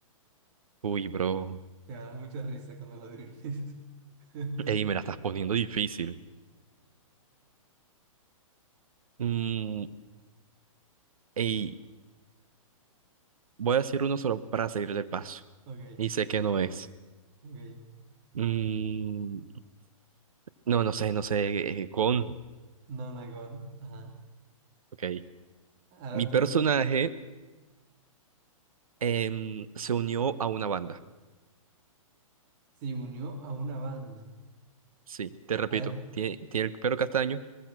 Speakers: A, on the right (about 85°); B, on the right (about 40°).
A: Uy, bro.
B: Te va a dar mucha risa cuando lo adivines. <laughs>
A: Ey, me la estás poniendo difícil. Mm, ey, voy a decir uno solo para salir del paso.
B: Ok,
A: Y sé que no es.
B: ok.
A: Mm, no, no sé, no sé. eh, con.
B: No, no hay con. Ajá.
A: Ok.
B: Ahora
A: Mi
B: tú.
A: personaje em, se unió a una banda.
B: Se unió a una banda.
A: Sí, te repito,
B: A ver.
A: tiene, tiene el pelo castaño,